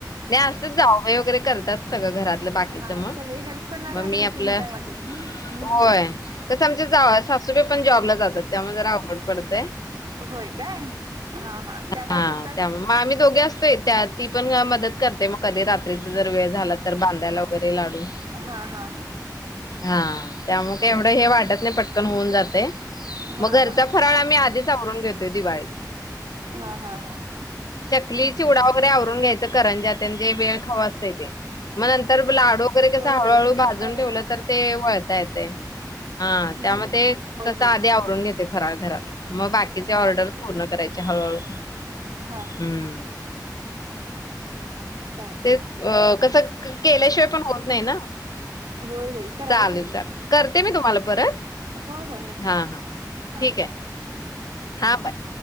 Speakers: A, on the left; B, on the right.
A: नाही असत जावबाई वगैरे करतात. सगळं घरातलं बाकीच
B: हा
A: मग,
B: सगळे हेल्प करणारे
A: मग
B: असले
A: मी आपलं
B: की मग काय वाटत नाही हम्म
A: होय. कस आमच्या जा सासूबाई पण जॉबला जातात त्यामुळे जरा अवघड पडतंय.
B: होय काय हा हा त्या काय
A: हा
B: करतात.
A: त्यामुळे मग आम्ही दोघे असतोय त्या ती पण मदत करते मग कधी रात्रीचं जर वेळ झाला तर बांधायला वगैरे लाडू.
B: हा हा.
A: हा त्यामुळे काय एवढं हे वाटत नाही पटकन होऊन जातंय.
B: हा
A: मग
B: हा
A: घरचा फराळ आम्ही आधीच आवरून घेतोय दिवाळी.
B: हा हा हा
A: चकली चिवडा - <inaudible> आवरून घ्यायचं करंज्या तेन जे वेळ खावं असतंय ते मग नंतर लाडू वगैरे कस
B: होय
A: हळूहळू
B: होय ते
A: भाजून ठेवलं तर ते वळता येतंय. हा
B: हम्म
A: त्यामध्ये ते
B: होय
A: तस
B: होय
A: आधी आवरून घेते फराळ घरातला. मग बाकीचे
B: हा
A: ऑर्डर
B: हा
A: पूर्ण करायचे हळूहळू
B: हा
A: हम्म.
B: चालते
A: तेच
B: चालते
A: अ कस केल्याशिवाय पण होत नाही ना.
B: होय होय करायला
A: चालेल
B: पाहिजे
A: चालेल
B: की
A: करते मी तुम्हाला परत.
B: हो हो नक्की
A: हा
B: करा
A: हा
B: हा.
A: ठीक आहे हा बाय.